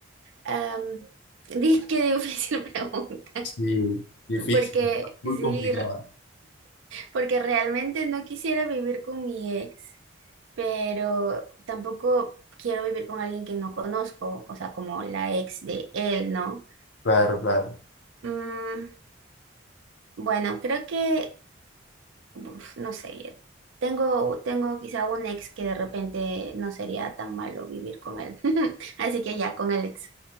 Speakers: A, on the right; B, on the left.
A: Am, <laughs> di- qué difícil <laughs> pregunta.
B: Sí, difícil,
A: Porque
B: está muy
A: sí,
B: complicada.
A: r- porque realmente no quisiera vivir con mi ex, pero tampoco quiero vivir con alguien que no conozco, o sea, como la ex de él, ¿no?
B: Claro, claro.
A: Mm, bueno, creo que, uf, no sé, tengo, tengo quizá un ex que de repente no sería tan malo vivir con él. <laughs> Así que ya, con el ex.